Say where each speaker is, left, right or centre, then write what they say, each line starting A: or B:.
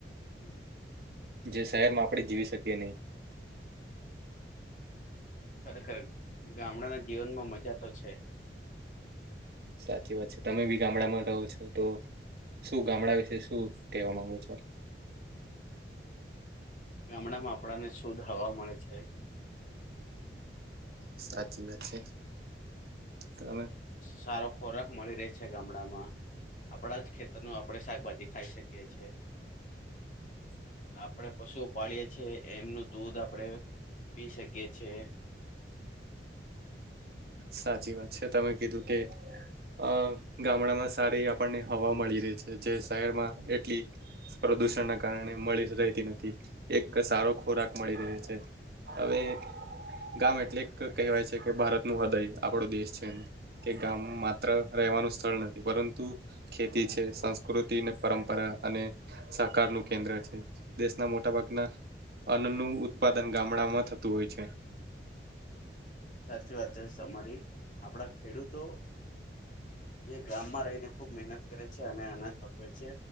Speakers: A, on the left; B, on the right.
A: હમ <inaudible>
B: જે શહેર માં આપણે જીવી શકીએ નહીં.
A: ખરેખર ગામડાના જીવન માં મજા તો છે.
B: સાચી વાત છે. તમે બી ગામડામાં રહો છો. તો શું ગામડા વિશે શું કહેવા માંગો છો.
A: ગામડા માં આપડા ને શુદ્ધ હવા મળે છે.
B: સાચી વાત છે તમે
A: સારો ખોરાક મળી રહે છે ગામડામાં. આપડા જ ખેતરનુ આપડે શાકભાજી ખાઈ શકીએ છે.
B: <inaudible>
A: આપડે પશુ પાળએ છે એમનું દૂધ આપડે પી શકીએ છે.
B: સાચી વાત છે તમે કીધું કે. અ ગામડામાં સારી આપણને હવા મળી રહી છે જે શહેરમાં એટલી. પ્રદુષણ ના કારણે મળી જ રહેતી નથી. એક સારો ખોરાક મળી રહે છે હવે. ગામ એટલે ક કહેવાય છે કે ભારત નું હૃદય આપડો દેશ છેમ. કે ગામ માત્ર રહેવાનું સ્થળ નથી પરંતુ. ખેતી છે સંસ્કૃતિ ને પરંપરા અને. સાહકાર નું કેન્દ્ર છે દેશના મોટા ભાગના. અન્નનું ઉત્પાદન ગામડામાં થતું હોય છે.
A: સાચી વાત છે સમારી આપડા ખેડૂતો. જે ગામમાં રહીને ખુબ મહેનત કરે છે અને આનંદ પકવે છે.